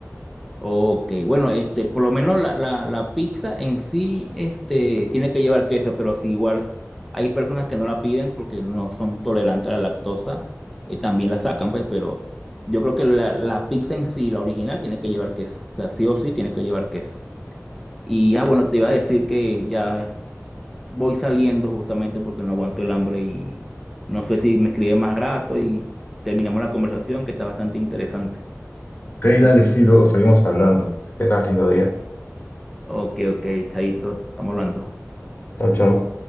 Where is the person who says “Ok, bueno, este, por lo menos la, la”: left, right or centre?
Centre